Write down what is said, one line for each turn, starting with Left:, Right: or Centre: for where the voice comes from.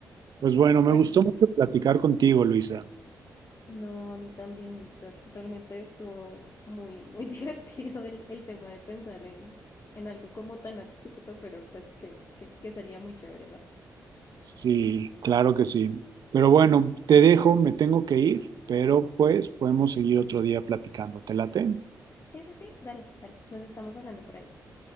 Right: Pues bueno, me
Left: Pues
Right: gustó
Left: ujú.
Right: mucho platicar contigo, Luisa.
Left: no, a mí también, Víctor. Realmente estuvo muy, muy <laughs> divertido el, el tema de pensar en, en algo como tan absurdo, pero pues que, que, que sería muy chévere, ¿no?
Right: Sí, claro que sí. Pero bueno, te dejo, me tengo que ir, pero pues podemos seguir otro día platicando. ¿Te late?
Left: Sí, sí, sí, dale, dale. Nos estamos hablando por ahí.